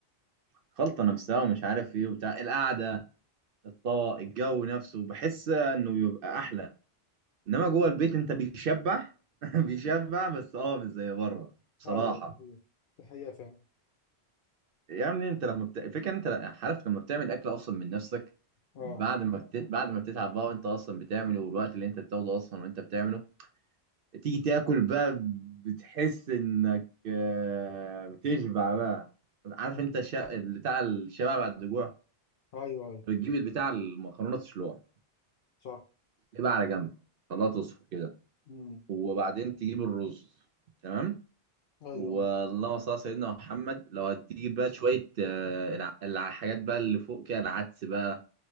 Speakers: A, on the right; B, on the left.
A: الخلطه نفسها ومش عارف ايه وبتاع القعده الطبق الجو نفسه بحس انه بيبقى احلى انما جوه البيت انت بيشبع <laughs> بيشبع بس اه مش زي بره بصراحه
B: ايوه دي حقيقة، دي حقيقه فعلا
A: يعني انت لما بت... الفكره ان انت لا- عارف لما بتعمل اكل اصلا من نفسك
B: اه
A: بعد ما بت... بعد ما بتتعب بقى وانت اصلا بتعمله والوقت اللي انت بتاخده اصلا وانت بتعمله تيجي تاكل بقى بتحس انك آه، بتشبع بقى عارف انت الش... بتاع الشبع بعد الجوع
B: ايوه ايوه
A: بتجيب البتاع المكرونه تسلقها
B: صح
A: تبقى على جنب خلاها تصفى كده
B: امم
A: وبعدين تجيب الرز تمام
B: ايوه
A: واللهم
B: ايوه
A: صل على سيدنا محمد لو هتجيب بقى شويه آه، الع- الحاجات بقى اللي فوق كده العدس بقى